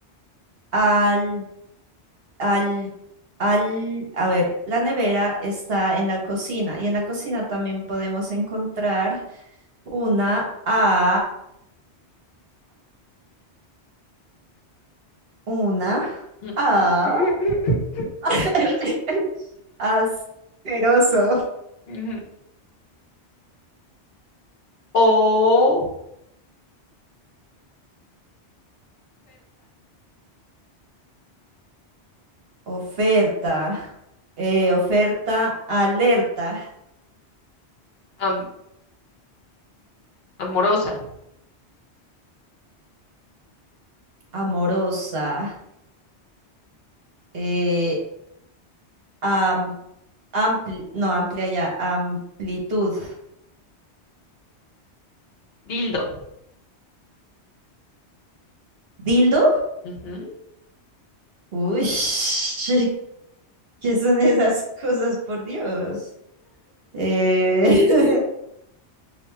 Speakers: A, on the right; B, on the left.
A: al, al, al, a ver, la nevera está en la cocina y en la cocina también podemos encontrar una A, una
B: <laughs>
A: A, <laughs> asqueroso,
B: Ujú. Oferta,
A: oferta, eh, oferta, alerta,
B: am- amorosa,
A: amorosa. eh, am- ampli- no, amplia ya, amplitud.
B: dildo.
A: ¿Dildo?
B: Ujú.
A: Uy, <laughs> ¿qué son esas cosas, por Dios? Eh, <laughs>